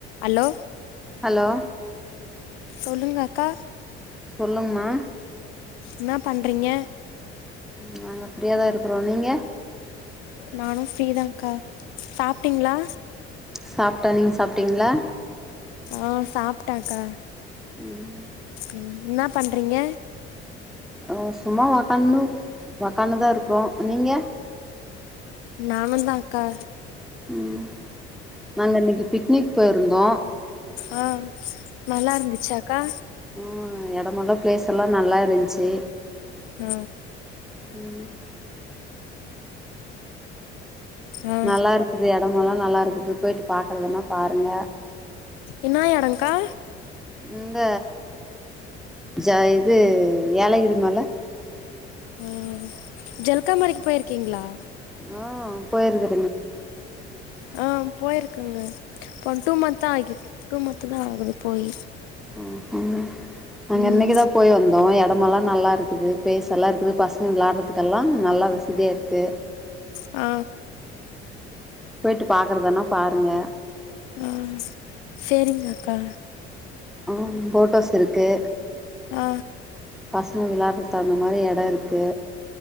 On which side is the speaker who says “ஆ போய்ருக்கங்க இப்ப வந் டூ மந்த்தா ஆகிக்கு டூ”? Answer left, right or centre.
Left